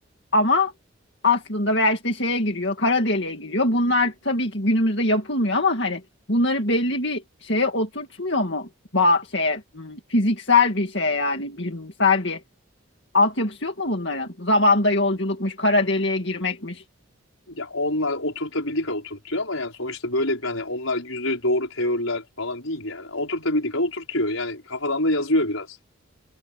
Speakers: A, on the left (about 55°); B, on the left (about 85°).
A: ama aslında veya işte şeye giriyor, kara deliğe giriyor. Bunlar tabii ki günümüzde yapılmıyor ama hani bunları belli bir şeye oturtmuyor mu? Ba şeye hmm, fiziksel bir şeye yani bilimsel bir Altyapısı yok mu bunların? Zamanda yolculukmuş, kara deliğe girmekmiş.
B: Ya onlar oturtabildik ha oturtuyor ama yani sonuçta böyle bir hani onlar yüzde doğru teoriler falan değil yani. Oturtabildik ha oturtuyor. Yani kafadan da yazıyor biraz